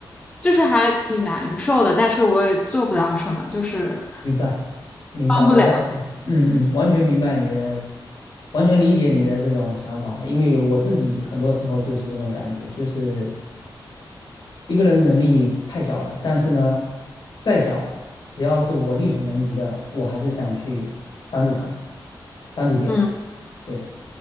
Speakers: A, on the left; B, on the left.
A: 就是还挺难受的，但是我也做不了什么，就是
B: 明白，明白，
A: 帮不了。
B: 我完全，嗯嗯，完全明白你的，完全理解你的这种想法，因为我自己很多时候就是这种感觉，就是一个人能力太小了，但是呢，再小，只要是我力所能及的，我还是想去帮助他们，帮助别人，
A: 嗯，
B: 对。